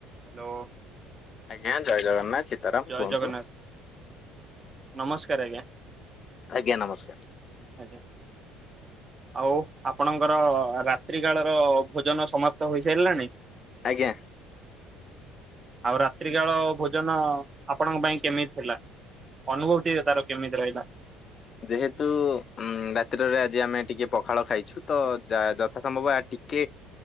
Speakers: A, on the right; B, on the left.
A: Hello.
B: ଆଜ୍ଞା ଜୟ ଜଗନ୍ନାଥ ସୀତାରାମ
A: ଜୟ
B: କୁହନ୍ତୁ?
A: ଜଗନ୍ନାଥ ନମସ୍କାର ଆଜ୍ଞା।
B: ଆଜ୍ଞା ନମସ୍କାର।
A: ଆଜ୍ଞା ଆଉ ଆପଣଙ୍କର ରାତ୍ରି କାଳର ଭୋଜନ ସମାପ୍ତ ହୋଇସାରିଲାଣି?
B: ଆଜ୍ଞା।
A: ଆଉ ରାତ୍ରି କାଳ ଭୋଜନ ଆପଣଙ୍କ ପାଇଁ କେମିତି ଥିଲା? ଅନୁଭବ ଟି ତାର କେମିତି ରହିଲା?
B: ଯେହେତୁ ଉ ରାତ୍ରରେ ଆଜି ଆମେ ଟିକେ ପଖାଳ ଖାଇଛୁ ତ ଯ ଯଥା ସମ୍ଭବ ଟିକେ